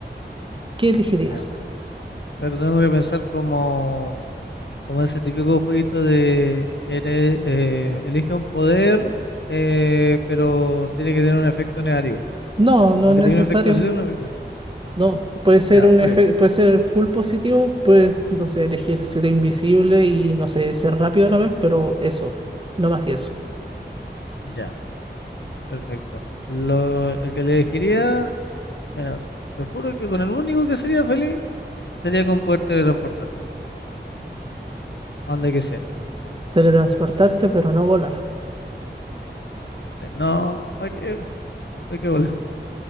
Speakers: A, on the right; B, on the left.
A: ¿Qué elegirías?
B: Ya, pero tengo que pensar como, como ese típico jueguito de eres, eh, elige un poder, eh, pero tiene que tener un efecto negativo.
A: No, no
B: Como
A: es
B: que
A: necesario.
B: tiene un efecto positivo y un efecto negativo.
A: No, puede ser
B: Ya,
A: un
B: ok,
A: efe- puede ser full positivo, puedes, no sé, elegir ser invisible y, no sé, ser rápido a la vez, pero eso, no más que eso.
B: ya, perfecto. Lo, el que le elegiría, mira, te juro que con el único que sería feliz sería con poder teletransportarme a donde quisiera.
A: Teletransportarte, pero no volar.
B: Sí, no, ¿para qué? ¿Para qué volar?